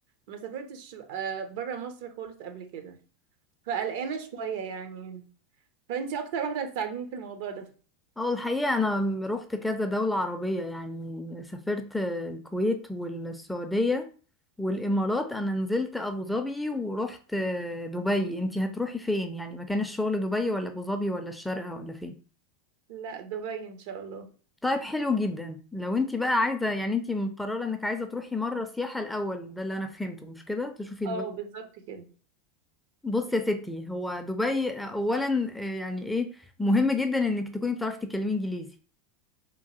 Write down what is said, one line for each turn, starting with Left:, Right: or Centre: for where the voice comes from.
Right: ما سافرتش آه، بره مصر خالص قبل كده فقلقانة شوية يعني فانت اكتر واحدة هتساعديني في الموضوع ده
Centre: اه الحقيقه انا رحت كذا دوله عربيه يعني سافرت الكويت والسعوديه والامارات انا نزلت ابو ظبي ورحت دبي انتي هتروحي فين يعني مكان الشغل دبي ولا ابو ظبي ولا الشارقه ولا فين
Right: لا دبي ان شاء الله
Centre: طيب حلو جدا لو انت بقى عايزة يعني انت مقررة انك عايزة تروحي مرة سياحة الأول ده اللي انا فهمته مش كده تشوفي البلد
Right: اه بالظبط كده
Centre: بص يا ستي هو دبي اولا آه، يعني ايه مهم جدا انك تكوني بتعرفي تتكلمي انجليزي